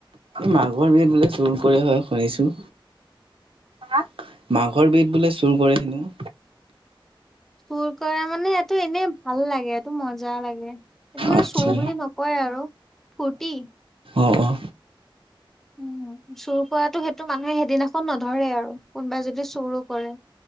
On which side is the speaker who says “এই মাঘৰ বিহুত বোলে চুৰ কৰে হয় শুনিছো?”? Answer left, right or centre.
Right